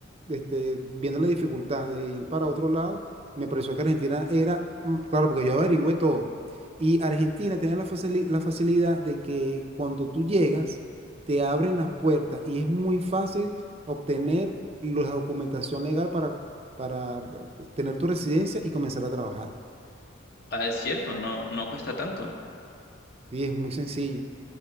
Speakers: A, on the right; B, on the left.
A: este, viendo la dificultad de ir para otro lado, me pareció que Argentina era, mm, claro, porque yo averigüé todo, y Argentina tenía la facili- la facilidad de que cuando tú llegas, te abren las puertas y es muy fácil obtener la documentación legal para, para eh, tener tu residencia y comenzar a trabajar.
B: Ah, es cierto, no, no cuesta tanto.
A: Sí, es muy sencillo,